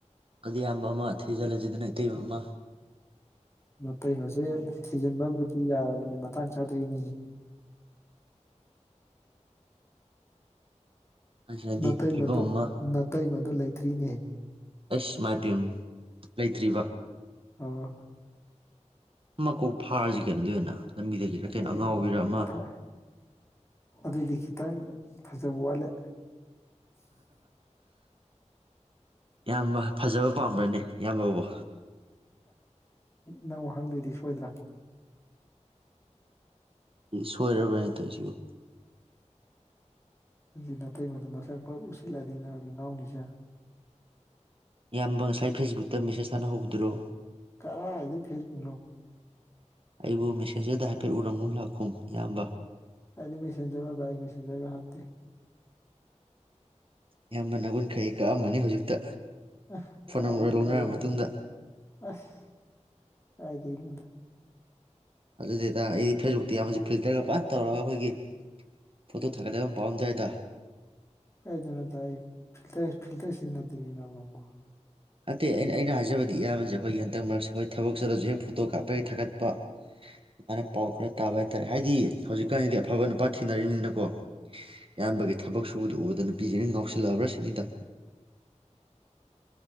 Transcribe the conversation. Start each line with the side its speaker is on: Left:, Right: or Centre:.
Right: ꯑꯗꯨꯗꯤ ꯏꯌꯥꯝꯕ ꯑꯃ ꯊꯤꯖꯤꯜꯂꯁꯤꯗꯅ ꯏꯇꯩꯕ ꯑꯃ
Left: ꯀꯩꯅꯣꯁꯦ ꯊꯤꯖꯤꯟꯕꯕꯨꯗꯤ ꯌꯥꯔꯕꯅꯦ ꯃꯇꯥꯡ ꯆꯥꯗꯔꯤꯅꯤ
Right: ꯑꯁꯤꯅꯗꯤ
Left: ꯅꯠꯇꯩ
Right: ꯐꯤꯕꯝ
Left: ꯃꯗꯨ
Right: ꯑꯃ
Left: ꯅꯇꯩꯩ ꯃꯗꯨ ꯂꯩ ꯔꯤꯅꯦ
Right: ꯑꯁ ꯃꯥꯇꯝ ꯂꯩꯇ꯭ꯔꯤꯔꯤꯕ
Left: ꯑꯣ
Right: ꯑꯃꯀꯧ ꯐꯥꯔꯁꯤ ꯀꯩꯅꯗ ꯑꯣꯏꯅ ꯂꯝꯕꯤꯗꯒꯤꯔ ꯀꯩꯅꯣ
Left: ꯑꯦ꯭ꯔ
Right: ꯑꯉꯥꯎꯕꯤꯔ ꯑꯃ
Left: ꯑꯗꯨꯗ ꯂꯤꯈꯤꯇ ꯐꯖꯕ ꯋꯥꯂꯦ
Right: ꯌꯥꯝꯌꯥꯝꯕ ꯐꯖꯕ ꯄꯥꯝꯕ꯭ꯔꯅꯤ ꯏꯌꯥꯝꯕꯕꯨꯣ
Left: ꯅꯪ ꯋꯥꯍꯪꯗꯣꯏꯗꯤ ꯁꯣꯏꯗ꯭ꯔꯥ
Right: ꯁꯣꯏꯔꯕ꯭ꯔꯅꯦ ꯇꯧꯁꯤꯕꯨ
Left: ꯍꯧꯖꯤꯛ ꯅꯥꯇꯩ ꯃꯗꯨ ꯃꯁꯛꯄ ꯎꯁꯤꯜꯂꯥꯏꯗꯒꯤ ꯏ ꯅꯥꯎꯅꯤꯁꯦ
Right: ꯏꯌꯥꯝꯕ ꯉꯁꯥꯏ ꯐꯦꯁꯕꯨꯛꯇ ꯃꯦꯁꯦꯁ ꯊꯥꯅꯍꯧꯕꯗ꯭ꯔꯣ
Left: ꯀꯔ ꯑꯗꯨꯦ ꯐꯦꯁ ꯄꯣ
Right: ꯑꯩꯕꯨ ꯃꯦꯁꯦꯟꯖꯔꯗ ꯍꯥꯏꯐꯦꯠ ꯎꯔꯝꯒꯨꯝ ꯂꯥꯛꯈꯨꯝ ꯏꯌꯥꯝꯕ
Left: ꯍꯥꯏꯗꯤ ꯃꯤꯦꯁꯟꯖꯔꯒ ꯇꯥꯛ ꯃꯦꯁꯟꯖꯔꯒ ꯍꯥꯞꯇꯦ
Right: ꯑꯌꯥꯝꯕ ꯅꯒꯨꯟꯈꯩ ꯀꯛꯑꯝꯕꯅꯤ ꯍꯧꯖꯤꯛꯇ
Left: ꯑ
Right: ꯐꯣꯟ
Left: ꯀꯥꯏꯗꯤ
Right: ꯅꯝꯕꯔ ꯂꯧꯅꯔ
Left: ꯀꯕꯨꯗ
Right: ꯃꯇꯨꯡꯗ
Left: ꯑꯁ ꯀꯥꯏ ꯔꯤꯗ
Right: ꯑꯗꯨꯗꯗ ꯑꯩꯗꯤ ꯐꯦꯁꯕꯨꯛꯇꯤ ꯌꯥꯝꯕꯁꯤ ꯐꯤꯜꯇꯔꯒ ꯐꯖꯅ ꯇꯧꯔꯒ ꯑꯩꯈꯣꯏꯒꯤ ꯐꯣꯇꯣ ꯊꯥꯒꯠꯂꯕ ꯑꯃ ꯄꯥꯝꯗꯥꯏꯗ
Left: ꯀꯥꯏꯗꯅꯣ ꯇ ꯐꯤꯜꯇꯔ ꯐꯤꯜꯇꯔꯁꯤ ꯅꯠꯇꯅꯤ ꯅ ꯅꯪꯒꯣ
Right: ꯑꯗꯇꯩ ꯑꯩꯅ ꯑꯩꯅ ꯍꯥꯏꯖꯕꯗꯤ ꯏꯌꯥꯝꯕꯁꯦ ꯑꯩꯈꯣꯏꯒꯤ ꯍꯟꯗꯛ ꯃꯔꯛꯁꯦ ꯍꯣꯏ ꯊꯕꯛ ꯆꯠꯂꯁꯨ ꯍꯦꯛ ꯐꯣꯇꯣ ꯀꯥꯞꯄꯒꯤ ꯊꯥꯒꯠꯄ ꯑꯗꯨꯃꯥꯏꯅ ꯄꯥꯎ ꯈꯔ ꯇꯥꯕ ꯍꯥꯏꯇꯥꯥꯔꯦ ꯍꯥꯏꯗꯤ ꯍꯧꯖꯤꯛꯀꯥꯟꯗꯤ ꯑꯐꯕ ꯅꯨꯄꯥ ꯊꯤꯅꯔꯤꯕꯔꯤꯕꯅꯤꯅꯀꯣ ꯏꯌꯥꯝꯕꯒꯤ ꯊꯕꯛ ꯁ ꯁꯨꯕꯗ ꯎꯕꯗ ꯅꯨꯄꯤꯁꯤꯦꯅ ꯉꯥꯎꯁꯤꯜꯂꯛꯑꯕ꯭ꯔꯥ ꯁꯤꯅꯤꯗ